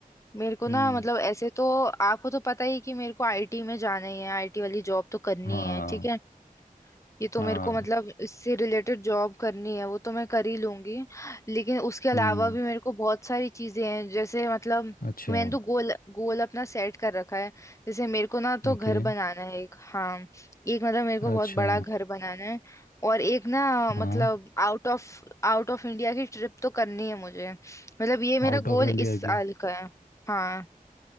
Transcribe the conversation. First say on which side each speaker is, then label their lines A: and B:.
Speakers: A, on the left; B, on the left.
A: मेरे को ना
B: हम्म
A: मतलब ऐसे तो आपको तो पता ही है कि मेरे को आईटी में जाना ही है आईटी वाली जॉब तो करनी
B: हाँ
A: है ठीक है ये तो
B: हाँ
A: मेरे को मतलब इससे रिलेटेड जॉब करनी है वो तो मैं कर ही लूंगी लेकिन उसके अलावा
B: हम्म
A: भी मेरे को बहुत सारी चीजें हैं जैसे मतलब
B: अच्छा
A: मैंने तो गोल गोल अपना सेट कर रखा है जैसे मेरे को ना तो
B: ओके
A: घर बनाना है एक हाँ एक मतलब मेरे को बहुत
B: अच्छा
A: बड़ा घर बनाना है और एक ना मतलब
B: हाँ
A: आउट ऑफ आउट ऑफ इंडिया की ट्रिप तो करनी है मुझे मतलब ये मेरा
B: आउट ऑफ
A: गोल
B: इंडिया
A: इस साल
B: की
A: का है हाँ